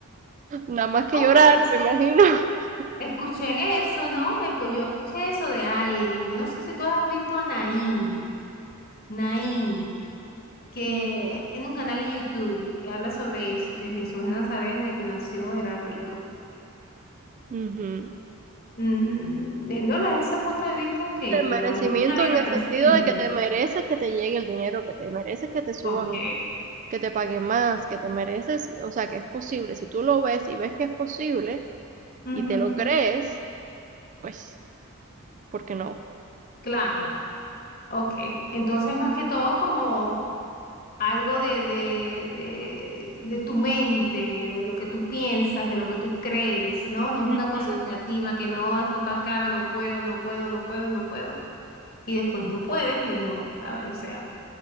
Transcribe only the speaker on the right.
nada más que
llorar,
me imagino. <laughs>
No.
Ujú.
El merecimiento
en el
sentido de que te mereces que te llegue el dinero, que te mereces que te suban,
que te paguen más, que te mereces, o sea que es posible. Si tú lo ves y ves que es posible
y te lo crees, pues, ¿por qué no?
Ujú.